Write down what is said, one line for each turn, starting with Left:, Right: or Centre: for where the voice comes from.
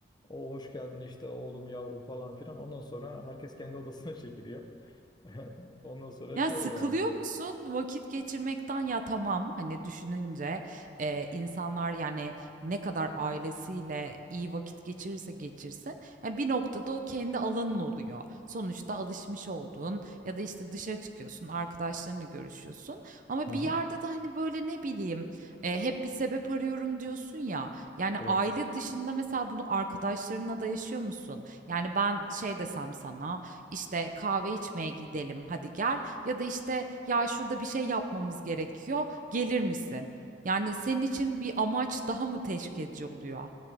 Left: O hoş geldin işte oğlum yavrum falan filan. Ondan sonra herkes kendi odasına <laughs> çekiliyor. <laughs> Ondan sonra
Right: Ya
Left: şey
Right: sıkılıyor
Left: oluyor yani.
Right: musun vakit geçirmekten? Ya tamam hani düşününce e, insanlar yani ne kadar ailesiyle iyi vakit geçirirse geçirsin yani bir noktada o kendi alanın oluyor. Sonuçta alışmış olduğun ya da işte dışarı çıkıyorsun arkadaşlarınla görüşüyorsun ama
Left: Aha,
Right: bir yerde de hani böyle ne bileyim e, hep bir sebep arıyorum diyorsun ya yani
Left: evet.
Right: aile dışında mesela bunu arkadaşlarınla da yaşıyor musun? Yani ben şey desem sana işte kahve içmeye gidelim hadi gel. Ya da işte ya şurada bir şey yapmamız gerekiyor, gelir misin? Yani senin için bir amaç daha mı teşvik edici oluyor?